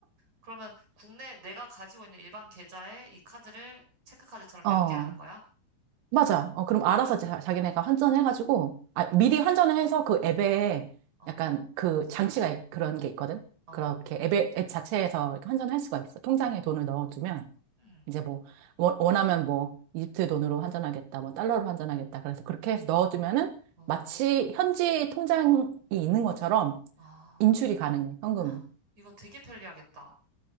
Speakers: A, on the right; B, on the right.
A: 그러면 국내 내가 가지고 있는 일반 계좌에 이 카드를 체크카드처럼
B: 어.
A: 연계하는 거야?
B: 맞아. 어, 그럼 알아서 자, 자기네가 환전해가지고, 아, 미리 환전을 해서 그 앱에
A: 어,
B: 약간 그 장치가 그런 게 있거든?
A: 어.
B: 그렇게 앱에, 앱 자체에서 이렇게 환전할 수가 있어. 통장에
A: 음,
B: 돈을 넣어주면,
A: 음,
B: 이제 뭐, 원- 원하면 뭐, 이집트 돈으로 환전하겠다, 뭐, 달러로 환전하겠다. 그래서 그렇게 해서 넣어주면은
A: 어,
B: 마치 현지 통장이 있는 것처럼
A: 아,
B: 인출이 가능해,
A: <gasps>
B: 현금을.
A: 아, 이거 되게 편리하겠다.